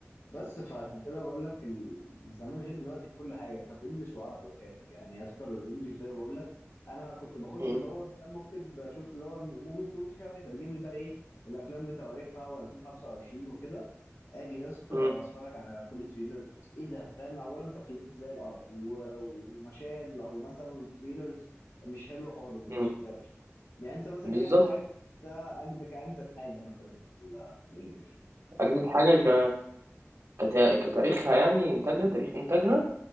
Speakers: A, on the left; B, on the right.
A: بس فعشان كده بقول لك ال- زمان غير دلوقتي في كل حاجه كان في انجلش وعربي وحياتك يعني يا اسطى الانجليش ده بقول لك انا كنت بخش
B: مم.
A: ادور فاهم واكتب اشوف اللي هو موفيز واتش مش عارف ايه فيجيب لي بقى ايه الافلام بتواريخها و2025 وكده اجي يا اسطى
B: مم.
A: اتفرج على كل تريلر ايه ده فاهم اولا تقييمات زي القرف و- ومشاهد او مثلا تريلرز مش حلوه خالص ما
B: مم.
A: تشدكش يعني انت مثلا
B: بالظبط
A: ايه اخر حاجه شفتها اجدك اجدد حاجه مثلا في ال- في الانجليش
B: اجدد حاجة ك... كتا... كتاريخها يعني انتاجها تاريخ انتاجها